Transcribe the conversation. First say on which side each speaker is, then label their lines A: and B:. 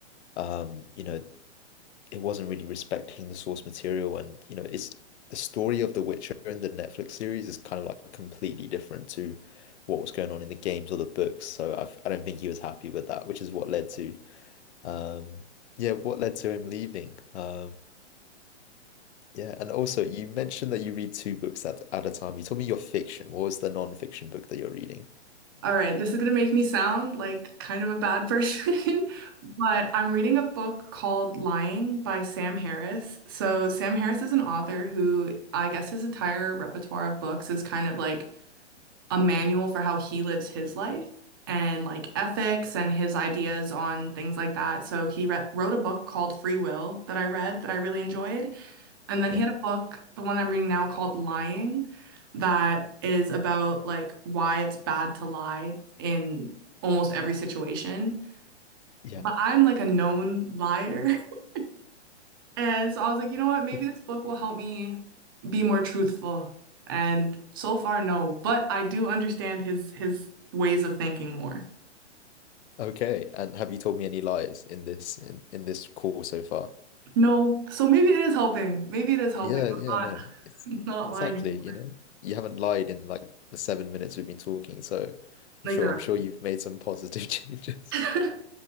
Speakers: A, on the left (about 70°); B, on the right (about 20°).
A: um, you know, it wasn't really respecting the source material and, you know, it's the story of The Witcher and the Netflix series is kind of like completely different to what was going on in the games or the books. So I've, I don't think he was happy with that, which is what led to um, yeah, what led to him leaving? Um, Yeah, and also you mentioned that you read two books at, at a time. You told me your fiction. What was the non-fiction book that you're reading?
B: All right, this is going to make me sound like kind of a bad person, <laughs> but I'm reading a book called Lying by Sam Harris. So, Sam Harris is an author who I guess his entire repertoire of books is kind of like a manual for how he lives his life and like ethics and his ideas on things like that. So, he re wrote a book called Free Will that I read that I really enjoyed. And then
A: Yeah,
B: he had a book, the one I'm reading now called Lying, that is about like why it's bad to lie in almost every situation.
A: yeah.
B: But I'm like a known liar. <laughs> And so I was like, you know what? Maybe
A: Yeah.
B: this book will help me be more truthful. And so far, no. But I do understand his his ways of thinking more.
A: Okay, and have you told me any lies in this in, in this call so far?
B: No. So maybe it is helping. Maybe it is helping.
A: Yeah,
B: I'm
A: yeah,
B: not
A: no. It's
B: <laughs> not lying
A: exactly,
B: anymore.
A: you know. You haven't lied in like the seven minutes we've been talking, so I'm
B: Exactly.
A: sure I'm sure you've made some positive <laughs> changes.
B: <laughs>